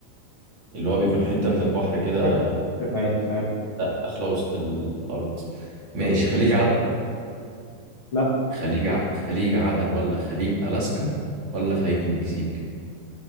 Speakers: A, on the right (about 30°); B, on the left (about 65°).
A: اللي هو بيكون حتة من البحر كده
B: عارف عارف عارف
A: داخله وسط الارض ماشي
B: طب قول.
A: خليج عدن
B: لا
A: خليج ع... خليج عدن ولا خليج الاسكا ولا خليج المكسيك